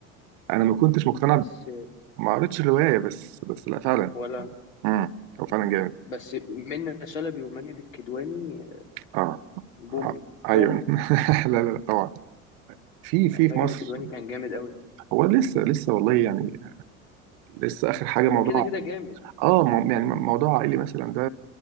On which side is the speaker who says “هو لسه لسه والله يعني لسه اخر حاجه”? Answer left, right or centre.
Right